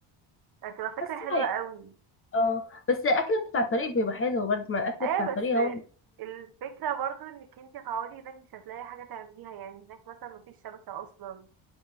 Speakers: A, on the right (about 45°); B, on the left (about 25°).
A: هتبقى فكرة
B: حاسة
A: حلوة
B: يعني-
A: قوي
B: اه بس الأكل بتاع الطريق بيبقى حلو برضه ما الأكل
A: ايه
B: بتاع الطريق
A: بس
B: هو
A: الفكرة برضو انك انتي هتقعدي هناك مش هتلاقي حاجة تعمليها يعني هناك مثلا مفيش شبكة اصلا